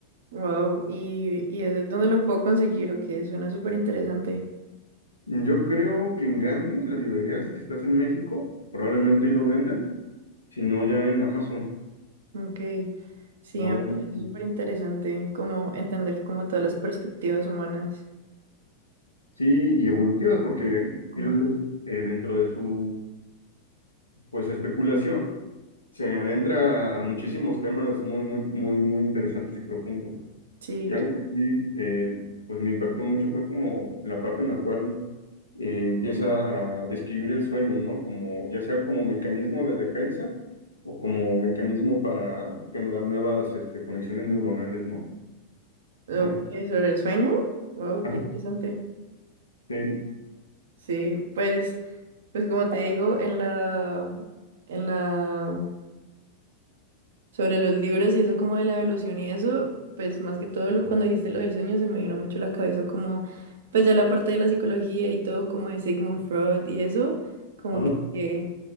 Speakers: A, on the right (about 60°); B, on the left (about 80°).
A: Wow, ¿y, y eso es donde lo puedo conseguir? Ok, suena súper interesante.
B: Yo creo que en Gandhi, en las librerías, si estás en México, probablemente ahí lo vendan, si no ya en Amazon.
A: Ok, sí,
B: Probablemente.
A: me parece
B: no.
A: súper interesante como entender como todas las perspectivas humanas.
B: Sí, y evolutivas, porque
A: Ujú.
B: él, eh, dentro de su pues especulación se adentra a muchísimos temas muy, muy, muy, muy interesantes y profundos.
A: Sí,
B: Y algo que sí, eh, pues me impactó mucho fue como la parte en la cual eh, empieza a describir el sueño, ¿no? Como ya sea como mecanismo de defensa o como mecanismo para generar nuevas este, conexiones neuronales, ¿no? O
A: claro.
B: sea,
A: Ok, sobre el sueño. Wow,
B: ajá,
A: qué interesante.
B: sí,
A: Sí, pues, pues como te digo, en la, en la, sobre los libros y eso como de la evolución y eso, pues más que todo lo, cuando dijiste lo del sueño se me vino mucho a la cabeza como, pues ya la parte de la psicología y todo como de Sigmund Freud y eso, como
B: ajá,
A: que,